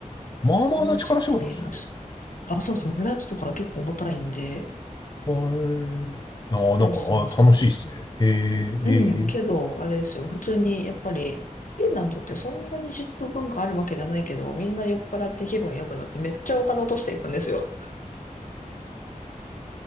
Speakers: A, on the left (about 30°); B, on the left (about 70°).
A: まあまあな力仕事ですよね。
B: をしてました。あ、そうそう、グラスとか結構重たいんで、
A: ええああ、
B: そうそうそう。
A: なんか、あ楽しいですね。えー、
B: うん、けど、
A: え
B: あれですよ。普通に、やっぱり、フィンランドってそんなにップ文化あるわけじゃないけど、みんな酔っ払って気分良くなってめっちゃお金落としていくんですよ。